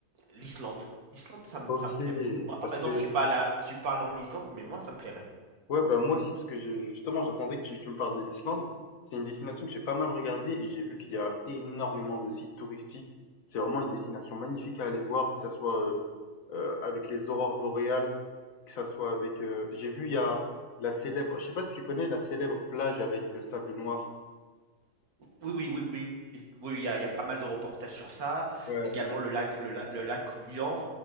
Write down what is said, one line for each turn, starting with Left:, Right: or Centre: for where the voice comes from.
Right: l'Islande. L'Islande, ça me,
Left: Ok,
Right: ça me plaît. Moi, par
Left: parce
Right: exemple,
Left: que
Right: je suis pas là, je suis pas allé en Islande, mais moi, ça me plairait.
Left: Ouais, bah moi aussi, parce que je- justement, j'attendais que tu, tu me parles de l'Islande. C'est une destination que j'ai pas mal regardée et j'ai vu qu'il y a énormément de sites touristiques. C'est vraiment une destination magnifique à aller voir, que ça soit euh, euh, avec les aurores boréales, que ça soit avec... euh, j'ai vu, il y a la célèbre... Je sais pas si tu connais la célèbre plage avec le sable noir.
Right: Oui, oui, oui, oui, oui. oui, Il y a, il y a pas mal de reportages sur ça.
Left: Ouais.
Right: Également le lac, le, la- le lac bouillant.